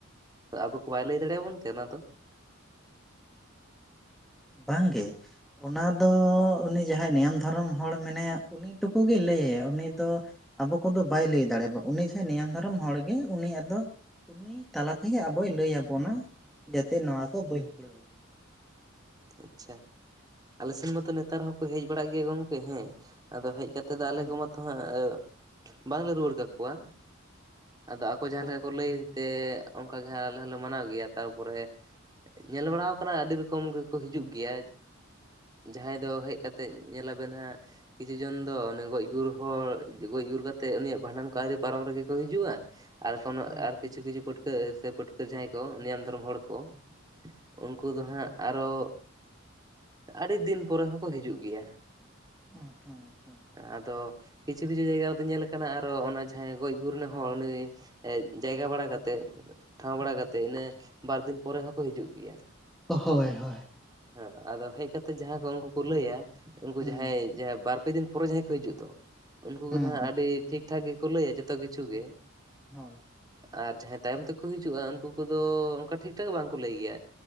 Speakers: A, on the right; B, in the centre.
A: ᱟᱵᱚ ᱠᱚ ᱵᱟᱭ ᱞᱟᱹᱭ ᱫᱟᱲᱮᱭᱟᱵᱚᱱ ᱛᱮ ᱚᱱᱟ ᱫᱚ
B: ᱵᱟᱝ ᱜᱮ ᱚᱱᱟ ᱫᱚ ᱩᱱᱤ ᱡᱟᱦᱟᱸᱭ ᱱᱤᱭᱚᱢ ᱫᱷᱚᱨᱚᱢ ᱦᱚᱲ ᱢᱮᱱᱟᱭᱟ ᱩᱱᱤ ᱴᱩᱠᱩ ᱜᱮ ᱞᱟᱹᱭᱭᱟ ᱩᱱᱤ ᱫᱚ ᱟᱵᱚ ᱠᱚᱫᱚ ᱵᱟᱭ ᱞᱟᱹᱭ ᱫᱟᱲᱮᱭᱟᱵ ᱩᱱᱤ ᱡᱟᱦᱟᱸ ᱱᱤᱭᱚᱢ ᱫᱷᱚᱨᱚᱢ ᱦᱚᱲᱜᱮ ᱩᱱᱤ ᱟᱫᱚ ᱩᱱᱤ ᱛᱟᱞᱟ ᱛᱮᱜᱮ ᱟᱵᱚᱭ ᱞᱟᱹᱭ ᱟᱵᱚᱱᱟ ᱡᱟᱛᱮ ᱱᱚᱣᱟ ᱠᱚ ᱵᱟᱹᱧ
A: ᱦᱩᱸ
B: ᱠᱩᱲᱟᱹ
A: ᱟᱪᱪᱷᱟ ᱟᱞᱮ ᱥᱮᱱ ᱢᱟᱛᱚ ᱱᱮᱛᱟᱨ ᱦᱚᱸᱠᱚ ᱦᱮᱡ ᱵᱟᱲᱟᱜ ᱜᱮᱭᱟ ᱜᱚᱢᱠᱮ ᱦᱮᱸ ᱟᱫᱚ ᱦᱮᱡ ᱠᱟᱛᱮ ᱫᱚ ᱟᱞᱮ
B: ᱦᱩᱸ
A: ᱠᱚ ᱢᱟᱛᱚ ᱦᱟᱸᱜ ᱵᱟᱝᱞᱮ ᱨᱩᱣᱟᱹᱲ ᱠᱟᱜ ᱠᱚᱣᱟ ᱟᱫᱚ ᱟᱠ ᱡᱟᱦᱟᱸ
B: ᱦᱩᱸ
A: <unintelligible> ᱞᱮᱠᱟ ᱠᱚ ᱞᱟᱹᱭ ᱛᱮ ᱚᱱᱠᱟ ᱜᱮ ᱦᱟᱸᱜ ᱟᱞᱮ ᱦᱚᱸᱞᱮ ᱢᱟᱱᱟᱣ ᱜᱮᱭᱟ ᱛᱟᱨᱯᱚᱨᱮ ᱧᱮᱞ ᱵᱟᱲᱟᱟᱣ ᱠᱟᱱᱟ ᱟᱹᱰᱤ ᱨᱚᱠᱚᱢ ᱜᱮ ᱠᱚ ᱦᱤᱡᱩᱜ ᱜᱮᱭᱟ ᱡᱟᱦᱟᱸᱭ ᱫᱚ ᱦᱮᱡ ᱠᱟᱛᱮ ᱧᱮᱞᱟᱵᱤᱱ ᱦᱟᱸᱜ ᱠᱤᱪᱷᱩ ᱡᱚᱱ ᱫᱚ ᱚᱱᱮ ᱜᱚᱡ ᱜᱩᱨ ᱦᱚᱲ ᱜᱚᱡ ᱜᱩᱨ ᱠᱟᱛᱮᱫ ᱩᱱᱤᱭᱟᱜ ᱵᱷᱟᱸᱰᱟᱱ ᱠᱚ ᱟᱹᱣᱨᱤ ᱯᱟᱨᱚᱢ ᱨᱮᱜᱮ ᱠᱚ ᱦᱤᱡᱩᱜᱼᱟ ᱟᱨᱠᱷᱚᱱ
B: ᱦᱩᱸ
A: ᱟᱨ ᱠᱤᱪᱷᱩ ᱠᱤᱪᱷᱩ ᱯᱟᱹᱴᱠᱟᱹ ᱥᱮ ᱯᱟᱹᱴᱠᱟᱹᱨ ᱡᱟᱦᱟᱸᱭ ᱠᱚ ᱱᱤᱭᱟᱢ ᱫᱷᱚᱨᱚᱢ ᱦᱚᱲ ᱠᱚ ᱩᱱᱠᱩ ᱫᱚ ᱦᱟᱸᱜ ᱟᱨᱚ ᱟᱹᱰᱤ ᱫᱤᱱ ᱯᱚᱨᱮ ᱦᱚᱸᱠᱚ ᱦᱤᱡᱩᱜ ᱜᱮᱭᱟ
B: ᱦᱩᱸ ᱦᱩᱸ
A: ᱟᱫᱚ ᱠᱤᱪᱷᱩ ᱠᱤᱪᱷᱩ ᱡᱟᱭᱜᱟ ᱨᱮᱫᱚ ᱧᱮᱞ ᱠᱟᱱᱟ ᱟᱨᱚ ᱚᱱᱟ ᱡᱟᱦᱟᱸᱭ ᱜᱚᱡ ᱜᱩᱨ ᱨᱮᱱ ᱦᱚᱲ ᱩᱱᱤ ᱮ ᱡᱟᱭᱜᱟ ᱵᱟᱲᱟ ᱠᱟᱛᱮᱜ ᱴᱷᱟᱶ ᱵᱟᱲᱟ ᱠᱟᱛᱮᱜ ᱤᱱᱟᱹ ᱵᱟᱨ ᱫᱤᱱ ᱯᱚᱨᱮ ᱦᱚᱸᱠᱚ ᱦᱤᱡᱩᱜ ᱜᱮᱭᱟ
B: ᱦᱳᱭ ᱦᱳᱭ
A: ᱦᱮᱸ ᱟᱫᱚ ᱦᱮᱡ ᱠᱟᱛᱮ ᱡᱟᱦᱟᱸ ᱠᱚ ᱩᱱᱠᱩ ᱠᱚ ᱞᱟᱹᱭᱟ ᱩᱱᱠᱩ
B: ᱦᱩᱸ
A: ᱡᱟᱦᱟᱸᱭ ᱡᱟᱦᱟᱸᱭ ᱵᱟᱨ ᱯᱮ ᱫᱤᱱ ᱯᱚᱨᱮ ᱡᱟᱦᱟᱸᱭ ᱠᱚ ᱦᱤᱡᱩᱜ ᱫᱚ ᱩᱱᱠᱩ
B: ᱦᱩᱸ
A: ᱠᱚ ᱫᱚ ᱦᱟᱸᱜ
B: ᱦᱩᱸ
A: ᱟᱹᱰᱤ ᱴᱷᱤᱠ ᱴᱷᱟᱠ ᱜᱮᱠᱚ ᱞᱟᱹᱭᱟ ᱡᱚᱛᱚ ᱠᱤᱪᱷᱩ ᱜᱮ
B: ᱦᱳᱭ
A: ᱟᱨ ᱡᱟᱦᱟᱸᱭ ᱛᱟᱭᱚᱢ ᱛᱮᱠᱚ ᱦᱤᱡᱩᱜᱼᱟ ᱩᱱᱠᱩ ᱠᱚᱫᱚ ᱚᱱᱠᱟ ᱴᱷᱤᱠ ᱴᱷᱟᱠ ᱵᱟᱝ ᱠᱚ ᱞᱟᱹᱭ ᱜᱮᱭᱟ